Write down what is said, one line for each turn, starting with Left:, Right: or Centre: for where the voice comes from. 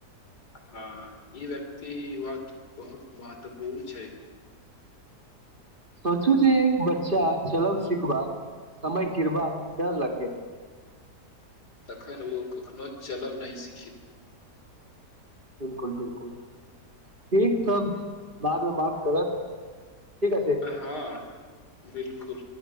Left: हँ ई व्यक्ति वक्त बहुत महत्वपूर्ण छै
Right: सोचू जे एक बच्चा चलब सिखबाक समय गिरबाक डर रखय
Left: तखन ओ कखनो चलब नहि सीखत
Right: बिलकुल बिलकुल ठीक त बाद मे बात करब ठीक अछि
Left: हँ बिलकुल